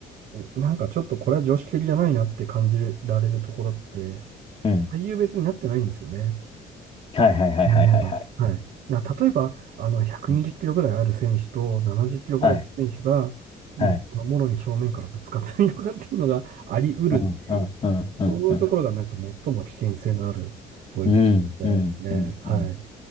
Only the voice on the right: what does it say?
う、なんかちょっとこれは常識的じゃないなって感じられるところって、
体重別になってないんですよね。
なるほど。はい。な、例えば、あの、120キロぐらいある選手と70キロぐらいの選手が、
もう、
あのもろに正面からぶつかったりとかっていうのがあり得るっていう
そういうところがなんか最も危険性のあるポイントじゃないですね。
はい。